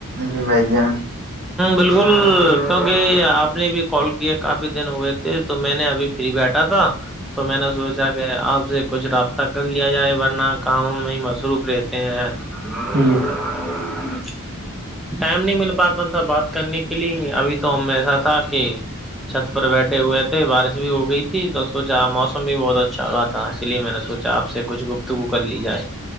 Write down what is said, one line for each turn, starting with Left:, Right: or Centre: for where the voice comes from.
Right: جی بھ جان
Centre: بالکل کیونکہ آپ نے بھی کال کیا کافی دن ہوئے تھے تو میں نے ابھی فری بیٹھا تھا تو میں نے سوچا کہ آپ سے کچھ رابطہ کر لیا جائے ورنہ کاموں میں مصروف رہتے ہیں
Right: جی
Centre: ہ ٹائم نہیں مل پاتا تھا بات کرنے کے لیے ابھی تو ہم ایسا تھا کہ چھت پر بیٹھے ہوئے تھے بارش بھی ہو گئی تھی تو سوچا موسم بھی بہت اچھا رہا تھا اس لیے میں نے سوچا آپ سے کچھ گفتگو کر لی جائے